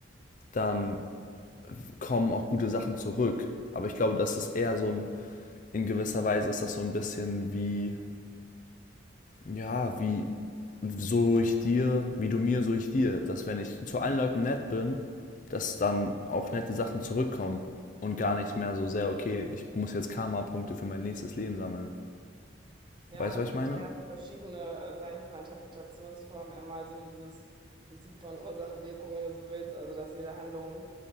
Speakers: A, on the left; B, on the right.
A: dann kommen auch gute Sachen zurück. Aber ich glaube, das ist eher so ein, in gewisser Weise ist das so ein bisschen wie, ja, wie so ich dir, wie du mir, so ich dir. Dass wenn ich zu allen Leuten nett bin, dass dann auch nette Sachen zurückkommen und gar nicht mehr so sehr, okay, ich muss jetzt Karma-Punkte für mein nächstes Leben sammeln.
B: Ja,
A: Weißt du,
B: es
A: was ich
B: gibt
A: meine?
B: ja so verschiedene, äh, sag ich jetzt mal, Interpretationsformen. Einmal so dieses Prinzip von Ursache-Wirkung, wenn du so willst. Also, dass jede Handlung,